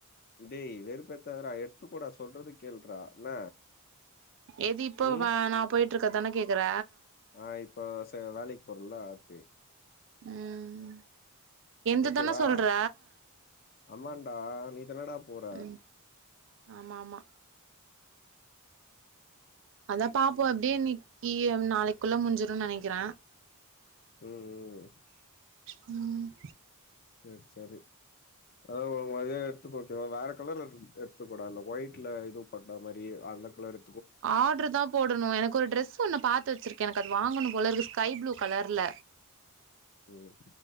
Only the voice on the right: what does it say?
எது இப்போவா
நா போயிட்டு இருக்கதானே கேக்குற
ம் எந்ததானே
சொல்ற
ம் ஆமா ஆமா அதா பாப்போ அப்டியே இன்னைக்கு நாளைக்குள்ள முஞ்சிருனு நெனக்கிற
ம்
ஆட்ரு தா போடணு எனக்கு ஒரு டிரெஸ் ஒன்னு பாத் து வச்சிருக்கே எனக்கு அது வாங்கணு போல இருக்கு ஸ்கை ப்ளூ கலர்ல